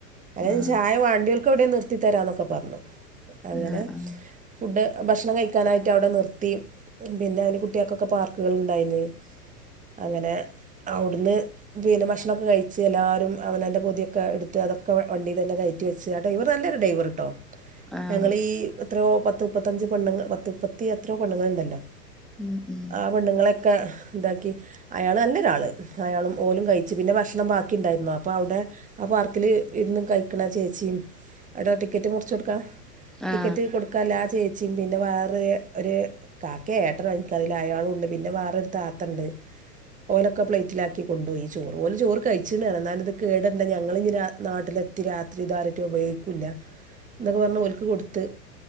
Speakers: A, on the right; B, in the centre.
A: അ
B: ആഹ്
A: ചായ വാണ്ടികക്കവിടെ നി എത്തി തരാനൊക്കെ പറഞ്ഞു അങ്ങനെ
B: ആ ആ
A: ഫുഡ് ഭക്ഷണം കഴിക്കാനായിട്ട് അവിടെ നിർത്തി പിന്നെ അതിന് കുട്ടികൾക്കൊക്കെ പാർക്കുകളളുണ്ടായിരുന്നു അങ്ങനെ അവിടുന്ന് വീന ഭക്ഷണണംൊക്കെ കഴി എല്ലാവും അവനൻ്ന്റെ പ പൊതിയൊക്കെ എടുത്ത് അതൊക്കെ വണ്ടിയി തന്നെ കയറ്റി വെച്ച് കേട്ട ഇവർ നല്ല ഡൈവർട്ടോ
B: ആഹ് ആഹ് ആഹ്
A: ഞങ്ങൾ ഈ എത്രയോ പത്ത് മുപ്പത്തഞ്ച് പെണ്ണ പത്ത് മുപ്പത്തി എത്രയോ പെണ്ണങ്ങൾ ഉണ്ടല്ലോ
B: ഉം ഉം
A: ആ പെണ്ണുങ്ങളെയൊക്കെ ഇതാക്കി അയാള് നല്ലൊരാള് അയാളും പോലും കഴിച്ചു പിന്നെ ഭക്ഷണം ബാക്കി ഉണ്ടായിരുന്നു അപ്പൊ അവിടെ ആ പാർക്കില് ഇന്ന് കഴിക്കണ ചേച്ചിയും അവിടെ ടിക്കറ്റ് മുറച്ച് കൊടുക്കാം ടിക്കറ്റ്
B: ആഹ്
A: കൊടുക്കാല്ലാ ചെയ് പിന്നെ വേറൊരു കാക്ക ഏട്ട എനക്ക്തിൽ അയാളുണ്ട് പിന്നെ വേറെ ഒരു താത്തണ്ട് ഓലൊക്ക പ്ലേറ്റിലാക്കി കൊണ്ടുപോയി ചോറ് ഒരു ചോറ് കഴിച്ചി എന്ന ഇത് കേട ഞങ്ങൾ ഇ നാട്ടിലെത്തി രാത്രി താര ഉപയ തൊക്കെ പറഞ്ഞ് കൊടുത്ത്